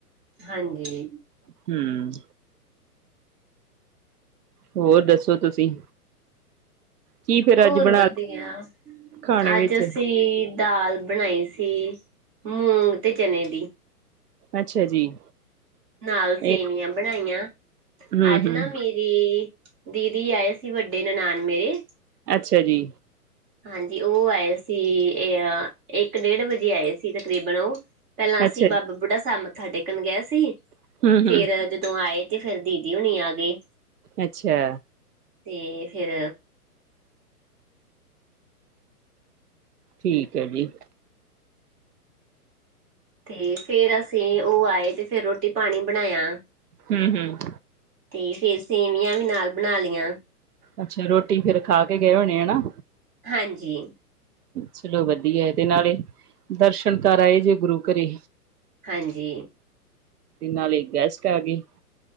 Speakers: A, on the right (about 35°); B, on the right (about 75°).
A: ਹਾਂਜੀ।
B: ਹਮ। ਹੋਰ ਦੱਸੋ ਤੁਸੀਂ। ਕੀ ਫੇਰ
A: ਹੋਰ
B: ਅੱਜ ਬਣਾ
A: ਵਧੀਆ
B: ਖਾਣੇ ਵਿੱਚ
A: ਅੱਜ ਅਸੀਂ ਦਾਲ। ਬਣਾਈ ਸੀ ਮੂਗ ਤੇ ਚਨੇ ਦੀ।
B: ਅੱਛਾ ਜੀ।
A: ਨਾਲ ਸੇਵੀਆਂ
B: ਇਹ
A: ਬਣਾਈਆਂ
B: ਹੂੰ
A: ਅੱਜ
B: ਹੂੰ
A: ਨਾ ਮੇਰੀ। ਦੀਦੀ ਆਏ ਸੀ ਵੱਡੇ ਨਨਾਾਨ ਮੇਰੇ।
B: ਅੱਛਾ ਜੀ।
A: ਹਾਂਜੀ ਉਹ ਆਏ ਸੀ ਇਹ ਇੱਕ ਡੇਢ ਵਜੇ ਆਏ ਸੀ ਤਕਰੀਬਨ ਉਹ। ਪਹਿਲਾਂ ਅਸੀਂ
B: ਅੱਛਾ
A: ਬਾਬਾ ਬੁੱਢਾ ਸਾਹਿਬ ਮੱਥਾ ਟੇਕਣ ਗਏ ਸੀ
B: ਜੀ ਹੂੰ
A: ਫਿਰ
B: ਹੂੰ
A: ਜਦੋਂ ਆਏ। ਤੇ ਫਿਰ ਦੀਦੀ ਹੁਣੀ ਆ ਗਏ।
B: ਅੱਛਾ।
A: ਤੇ ਫਿਰ।
B: ਠੀਕ ਹੈ ਜੀ।
A: ਤੇ ਫੇਰ ਅਸੀਂ ਉਹ ਆਏ ਤੇ ਫਿਰ ਰੋਟੀ ਪਾਣੀ ਬਣਾਇਆ।
B: ਹੂਮ ਹੂਮ।
A: ਤੇ ਫੇਰ ਸੇਵੀਆਂ ਵੀ ਨਾਲ ਬਣਾ ਲਿਆ।
B: ਅੱਛਾ ਰੋਟੀ ਫਿਰ ਖਾ ਕੇ ਗਏ ਹੋਣੇ ਹਨਾ।
A: ਹਾਂਜੀ।
B: ਚਲੋ ਵਧੀਆ ਤੇ ਨਾਲੇ ਦਰਸ਼ਨ ਕਰ ਆਏ ਜੇ ਗੁਰੂ ਘਰੇ।
A: ਹਾਂਜੀ।
B: ਨਾਲੇ ਗੈਸਟ ਆ ਗਏ।